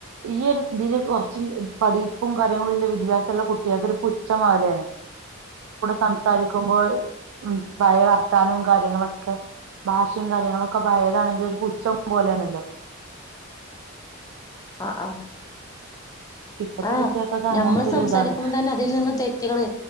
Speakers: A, on the right; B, on the left.
A: ഈ ഒരു ഇതിൽ കുറച്ച് പഠിപ്പും കാര്യങ്ങളും ഇല്ല വിദ്യഭാസമുള്ള കുട്ടികൾക്ക് ഒരു പുച്ഛപോലയാണ്. സംസാരിക്കുമ്പോൾ ഉ പഴയ വർത്താനവും. കാര്യങ്ങളൊക്കെ ഭാഷയും കാര്യങ്ങളൊക്കെ പയതാണെങ്കിൽ ഒരു ഉച്ചം പോലെയണല്ലോ.
B: ആ ആഹ്
A: ഇപ്പത്തെ
B: ആഹ്
A: കുട്ടികൾക്കൊക്കെ അങ്ങനത്തെ
B: നമ്മള്
A: ഒരു
B: സംസാരിക്കുമ്പോ
A: ഇതാണ്
B: തന്നെ അതിൽ നിന്ന് തെറ്റുകള്.